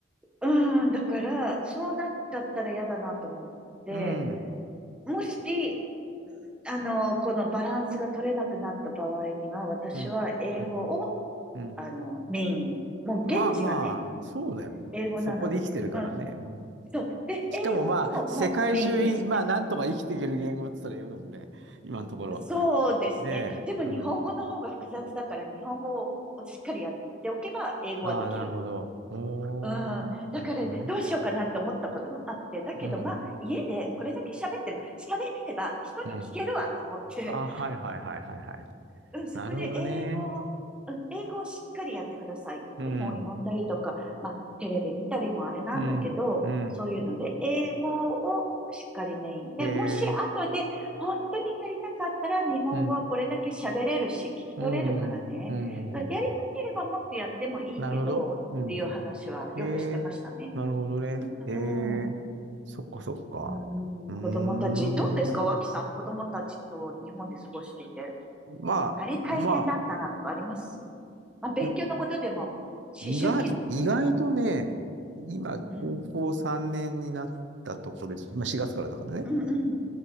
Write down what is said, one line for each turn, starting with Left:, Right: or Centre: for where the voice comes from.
Centre: うーん、だから、そうなっちゃったら嫌だなと思って、
Right: うん。
Centre: もし、あの、このバランスが取れなくなった場合には、私は英語を、
Right: うん。うん。うん
Centre: あの、メインに、もう現地がね、
Right: まあまあ、そうだよね。
Centre: 英語なので、
Right: そこで生きてるからね。
Centre: うん、
Right: うん。
Centre: そう。で、
Right: しかもまあ、
Centre: 英語をもうメインでって。
Right: 世界中い、まあ、なんとか生きていける言語って言ったら英語だもんね。今のところ。
Centre: そうですね。
Right: ねえ。
Centre: でも日本語の方が複雑だから、
Right: うん。
Centre: 日本語をしっかりやっておけば、英語はできる。
Right: ああ、なるほど。おー、
Centre: うん。だから、
Right: なるほどね。
Centre: どうしようかなって思ったこともあって、だけど、
Right: うん。
Centre: まあ、家でこれだけ喋ってれば、喋れれば人に聞けるわと思って、
Right: うん。あ、はいはいはいはいはい。
Centre: うん、そこで英語を、
Right: なるほどね。
Centre: うん、英語をしっかりやってくださいって本読んだりとか、
Right: うん。
Centre: まあ、テレビ見たりもあれなんだけど、
Right: うん、うん、
Centre: そういうので、英語をしっかりメインで、
Right: へえ、
Centre: もし後で本当にやりたかったら日本語はこれだけ喋れるし、
Right: うん、
Centre: 聞き取れるからね。
Right: うん、うん、うん
Centre: だからやりたければもっとやってもいいけど、
Right: なるほど。
Centre: っていう話はよくしてましたね。
Right: うん。へえ、なるほどね。
Centre: うんうん。
Right: へえ、そっかそっか。
Centre: うーん、
Right: うーん。
Centre: 子供たち、どうですか、脇さん、子供たちと日本で過ごしてて。
Right: まあ、
Centre: あれ大変だったなとかあります
Right: まあ、
Centre: まあ、勉強のことでも、
Right: いや、意外、
Centre: 思春期のことでも。
Right: 意外とね、今、
Centre: うん。
Right: 高校3年になったとこです。今、4月からだからね。
Centre: うんうん。うん。